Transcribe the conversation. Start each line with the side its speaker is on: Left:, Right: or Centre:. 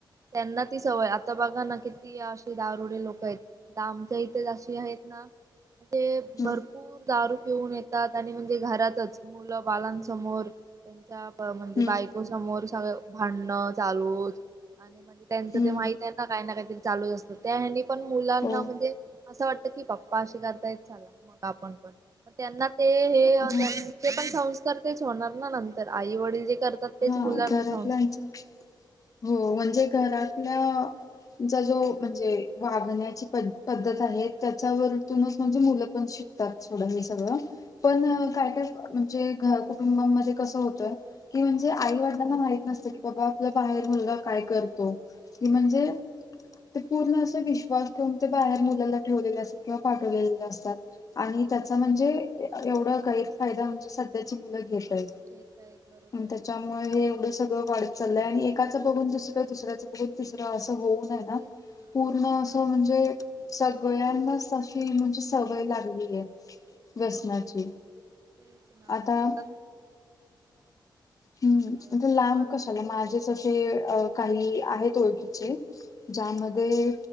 Right: त्यांना ती सवय आता बघा ना किती अशी दारुडे लोक आहेत. आता आमच्या इथे जाशी आहेत ना म्हणजे भरू
Left: हम्म
Right: भरपूर दारू पिऊन येतात आणि म्हणजे घरातच मुलं बालांसमोर, त्यांचा म्हणजे
Left: हम्म
Right: बायको समोर सगळं भांडणं चालू आणि म्हणजे, त्यांच
Left: हम्म
Right: ते माहित आहे. काही ना काहीतरी चालूच असतं त्या हनी पण मुलांना
Left: हो.
Right: म्हणजे असं वाटत की बाप्पा असे करता येत ला. मग आपण पण. त्यांना ते हे
Left: हो
Right: त्यां ते पण संस्कार तेच होणार ना नंतर आई वडील जे करतात. तेच मुलांवर
Left: ह घरातल्यांच.
Right: संस्कार
Left: हो म्हणजे घरातल्याचा जो म्हणजे वागण्याची पद् पद्धत
Right: हा
Left: आहे
Right: पद्धत
Left: त्याच्यावरूनच म्हणजे मुलं पण शिकतात थोडं हे सगळं. पण काय काय म्हणजे घर कुटुंबामध्ये कसं होतंय की म्हणजे आई ना माहित नसत की बाबा आपलं
Right: नसतं
Left: बाहेर मुलग
Right: हो
Left: काय करतो.
Right: करतंय
Left: म्हणजे ते पूर्ण अस विश्वास ठेऊन ते बाहेर मुलाला ठेवले
Right: वाट
Left: अस किंवा पाठवले असतात आणि
Right: हो
Left: त्याच म्हणजे एवढा गैरफायदा म्हणजे सध्याची मुलं घेतय,
Right: घेतायत बरोबर
Left: त्याच्या मग हे एवढं सगळं वाढत चाललंय आणि एकाचं बघून दुसरं, दुसऱ्याचं बघून तिसरं असं होऊनय ना
Right: तेच ना
Left: पूर्ण
Right: हा
Left: असं म्हणजे सगळ्यांनाच अशी म्हणजे सवय लागली आहे व्यसनाची.
Right: तेच ना
Left: आता
Right: मला
Left: हम्म
Right: मला
Left: लांब
Right: मला
Left: कशाला माझेचे अ काही आहेत ओळखीचे ज्यामध्ये
Right: हा